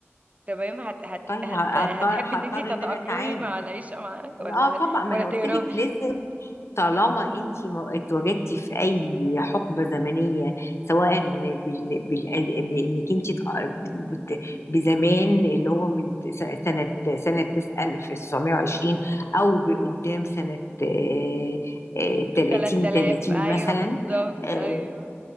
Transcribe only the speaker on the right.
تمام هت هت
هت
هتحبي
ان انت تتأقلمي
مع العيشة معاه
ولا
ولا
تهربي
3000
ايوه
بالظبط
ايوه